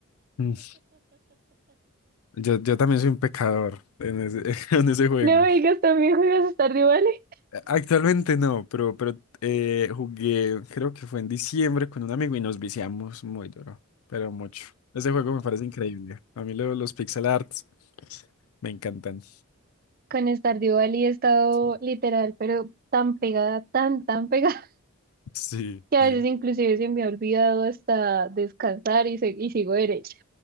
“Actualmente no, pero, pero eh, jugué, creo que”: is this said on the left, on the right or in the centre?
Left